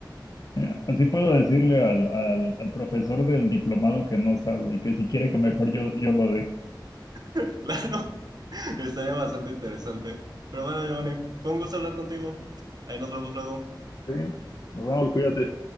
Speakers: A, on the left; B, on the right.
A: eh, Así puedo decirle al, al, al profesor del diplomado que no sabe y que si quiere que mejor yo, yo lo dé.
B: <laughs> Claro, estaría bastante interesante. Pero bueno, Giovanni, fue un gusto hablar contigo. Ahí nos vemos luego.
A: Sí. Nos vemos, cuídate.